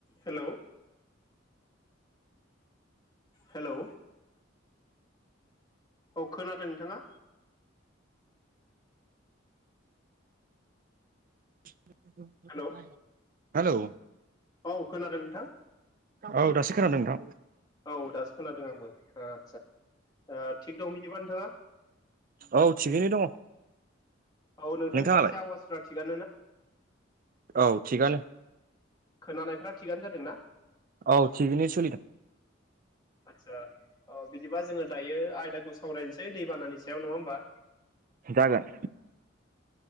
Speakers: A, on the left (about 20°); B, on the right (about 45°).
A: Hello hello औ खोनादों नोंथाङा
B: <unintelligible>
A: हेलौ
B: <unintelligible> हालौ
A: औ खोनादों नोंथां
B: औ दासो खोनादों नोंथां
A: औ दासो खोनादों आंबो आदसा ओ थिग दं बिदिबा नोंथाङा
B: औ थिगैनो दङ
A: औ नोंथांनि
B: नोंथाङालाय
A: फारसे आवाजफ्रा थिगानो ना
B: औ थिगानो
A: खोनानायफ्रा थिगानो जादों ना
B: औ थिगैनो सोलिदों
A: आतसा अ बिदिबा जोङो दायो आयदाखौ सावरायनोसै दैबानानि सायाव नङा होमबा
B: जागोन